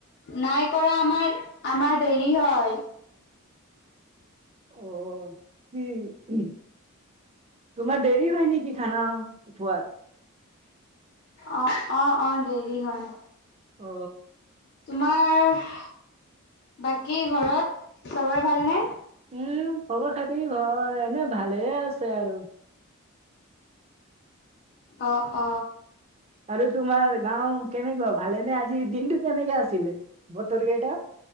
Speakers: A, on the left (about 50°); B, on the right (about 30°).
A: নাই কৰা আমাৰ, আমাৰ দেৰি হয়।
B: অ, কি উহু? তোমাৰ দেৰি হয় নেকি খানা খোৱাত?
A: অঁ অঁ অঁ দেৰি হয়।
B: অ।
A: তোমাৰ
B: উম
A: বাকী ঘৰত চবৰে ভালনে?
B: উম খবৰ খাতি ঘৰত এনে ভালে আছে আৰু।
A: অ অ।
B: আৰু তোমাৰ গাও কেনেকুৱা ভালেনে আজি দিনটো কেনেকুৱা আছিলে বতৰ কেইটা?